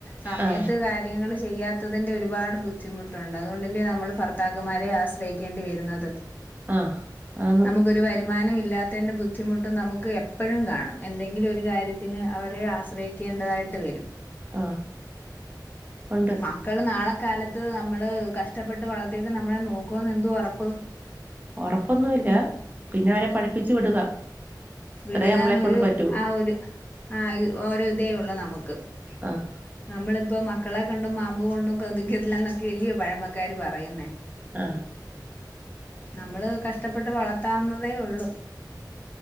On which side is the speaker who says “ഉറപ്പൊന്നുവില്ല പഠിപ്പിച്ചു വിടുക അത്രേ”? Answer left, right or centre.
Right